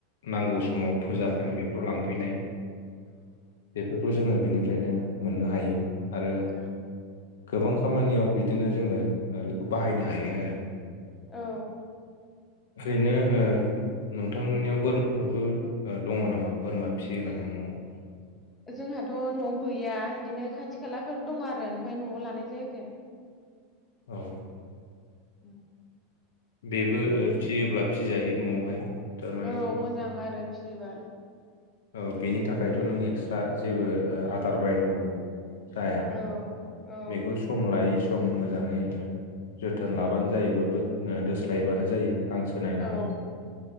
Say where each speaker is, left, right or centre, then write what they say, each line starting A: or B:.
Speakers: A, on the left; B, on the left.
A: नांगौ समाव फुजा फानि बे राव लांफैनाय बेफोरखौ जोंङो बिनिफ्रायनो मोननो हायो आरो
B: औ
A: गोबां खामानियाव बिदिनो जोङो ओ बेखौ बाहायनो हायो आरो
B: औ
A: ओरैनो ओ नोंथांमोननियाव बोरमाफोरबो दङ नामा बोरमा फिसियो नामा न आव
B: जोंहाथ' न'आव गैया इदिनो खाथि खालाफोर दं आरो ओमफाय न'आव लानाय जायाखै
A: औ
B: उ <unintelligible>
A: बेबो ओ फियोब्ला फिजायो न'आवहाय थारमानि
B: औ मोजां आरो फियोबा
A: औ बेनि थाखायथ' नों एक्सट्रा जेबो ओ आदार बायनांगौ जाया
B: औ औ
A: बेखौ सम लाय जायै सम मोजाङै जोथोन लाबानो जायो बा दोस्लायबानो जायो गांसो नायनानै
B: औ